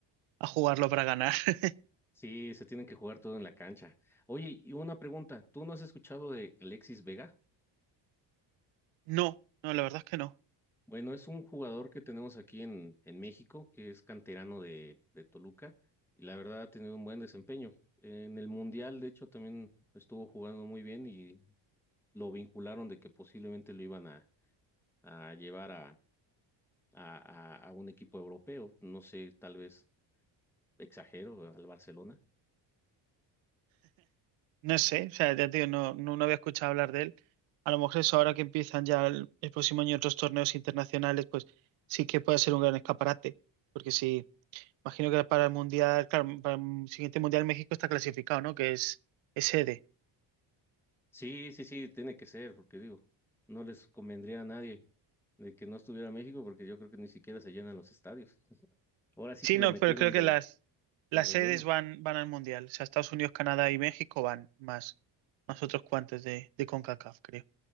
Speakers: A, on the right; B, in the centre.
A: a jugarlo para ganar. <laughs>
B: Sí, se tienen que jugar todo en la cancha. Oye, y una pregunta, ¿tú no has escuchado de Alexis Vega?
A: No, no, la verdad es que no.
B: Bueno, es un jugador que tenemos aquí en, en México, que es canterano de, de Toluca, y la verdad ha tenido un buen desempeño. En el Mundial, de hecho, también estuvo jugando muy bien y lo vincularon de que posiblemente lo iban a, a llevar a, a, a un equipo europeo. No sé, tal vez exagero al Barcelona.
A: No sé, o sea, ya te digo, no, no, no había escuchado hablar de él. A lo mejor eso ahora que empiezan ya el, el próximo año otros torneos internacionales, pues sí que puede ser un gran escaparate. Porque sí, imagino que para el mundial, claro, para el siguiente mundial México está clasificado, ¿no? Que es, es sede.
B: Sí, sí, sí, tiene que ser, porque digo, no les convendría a nadie de que no estuviera México, porque yo creo que ni siquiera se llenan los estadios. Ahora sí
A: Sí,
B: que lo
A: no,
B: metieron
A: pero creo
B: de,
A: que las, las
B: de relleno.
A: sedes van, van al Mundial. O sea, Estados Unidos, Canadá y México van más, más otros cuantos de, de CONCACAF, creo.